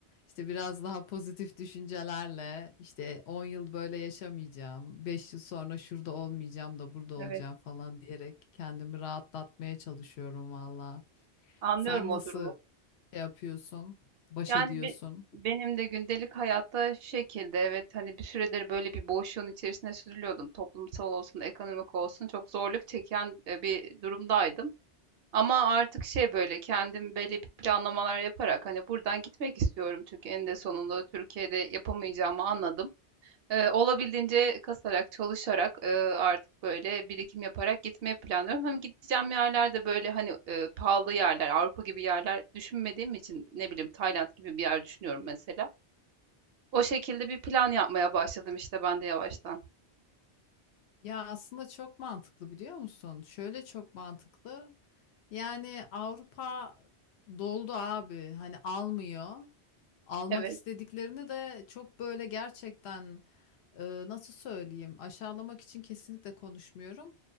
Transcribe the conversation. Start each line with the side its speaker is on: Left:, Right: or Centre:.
Left: İşte biraz daha pozitif düşüncelerle işte 10 yıl böyle yaşamayacağım, 5 yıl sonra şurada olmayacağım da burada olacağım
Right: evet.
Left: falan diyerek kendimi rahatlatmaya çalışıyorum valla.
Right: Anlıyorum
Left: Sen
Right: o
Left: nasıl
Right: durumu.
Left: şey yapıyorsun, baş
Right: Yani
Left: ediyorsun?
Right: be- benim de gündelik hayatta şu şekilde evet hani bir süredir böyle bir boşluğun içerisine sürülüyordum. Toplumsal olsun, ekonomik olsun çok zorluk çeken e, bir durumdaydım. Ama artık şey böyle kendim belli bir planlamalar yaparak hani buradan gitmek istiyorum çünkü en de sonunda Türkiye'de yapamayacağımı anladım. Eee, olabildiğince kasarak, çalışarak, eee, artık böyle birikim yaparak gitmeyi planlıyorum. Hem gideceğim yerler de böyle hani eee, pahalı yerler, Avrupa gibi yerler düşünmediğim için ne bileyim Tayland gibi bir yer düşünüyorum mesela. O şekilde bir plan yapmaya başladım işte ben de yavaştan.
Left: Ya aslında çok mantıklı biliyor musun? Şöyle çok mantıklı. Yani Avrupa doldu abi. Hani almıyor. Almak
Right: Evet.
Left: istediklerini de çok böyle gerçekten e, nasıl söyleyeyim? Aşağılamak için kesinlikle konuşmuyorum.